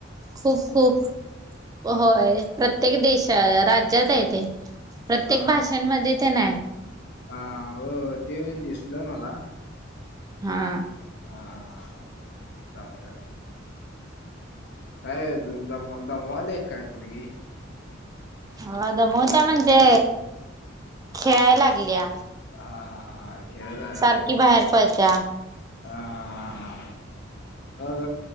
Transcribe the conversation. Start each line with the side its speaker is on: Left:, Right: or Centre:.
Right: खूप खूप होय प्रत्येक देशा राज्यात आहे ते प्रत्येक
Left: हा
Right: भाषांमध्ये ते नाही
Left: हा हो ते दिसल मला
Right: हा
Left: हा हा चालतंय चालतंय काय दम दमवालय काय पुरगी
Right: हो दमवत्या म्हणजे खेळाय लागल्या
Left: हा हा हा खेळत आहे
Right: सारखी
Left: व्हय.
Right: बाहेर पळत्या
Left: हा आ मग